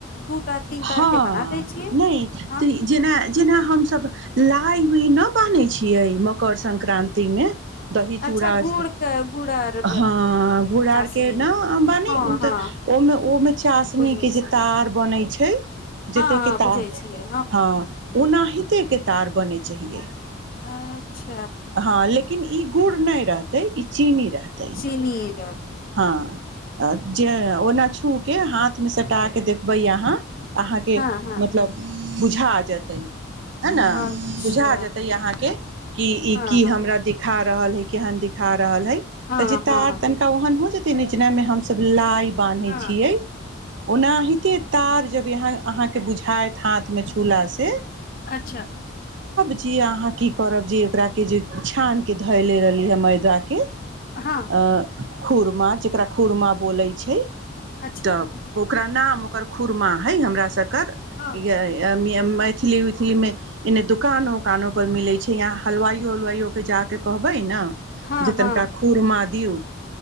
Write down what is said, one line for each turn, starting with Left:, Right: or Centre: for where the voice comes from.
Left: दू तार तीन तार
Right: हँ
Left: के बना दै छियै
Right: नहि
Left: हँ
Right: त जेना जेना हमस लइ हो न बान्ै छियै मकर सं संक्रान्ति मे दही चूड़ा
Left: अच्छा गुड़ के गुड़ आर
Right: ह घुड़
Left: चाशनी
Right: के नेबानी
Left: हँ हँ
Right: ओमे ओमे चशनी
Left: बुझै
Right: के जे
Left: छियै
Right: तार बनै छै जेत
Left: हँ
Right: कि
Left: हँ
Right: त
Left: बुझै छियै
Right: हँ ओनाहिते तार बने चाए
Left: अछा
Right: हँ लेकिन ई गुड़ न रहते ई चीनी रहतै
Left: चनीीर
Right: हँ जे ओना छू के हाथ मे सटा के देखबै अहाँ ऽ अहाँके
Left: हँ हँ
Right: मतलब बुझा जतै हे ने
Left: अच्छा
Right: बुझा जेतै अहाँके कि ई
Left: हँ
Right: की
Left: हँ
Right: हमरा दा रहल है केहन दिखार रहल है
Left: हँ
Right: तऽ जितना
Left: हँ
Right: आओर तनिका ओ हो जेतै जेना मे हमस लाइव बान्है
Left: हँ
Right: छियै ओनाहिते तार जबह अहाँके बुझायत हाथ मे झूला से
Left: अच्छा
Right: जी अहाँ की करब जे ओकरा के जे छान के धय ले रहली हे मैदा के
Left: हँ
Right: आ खुरमा जेकरा खुरमा बोलै छै
Left: अच्छा
Right: तऽ पोकरा न मुकर खुरमा है हमरा सबके कर
Left: हँ
Right: य मिी मैथिली उथी मे एने दुकानो उकानो पर मिले छै यहा हलवायो उलवाइयो के जााक कहबे ने
Left: हँ
Right: जे तनिका
Left: हँ
Right: खुरमा दिऔ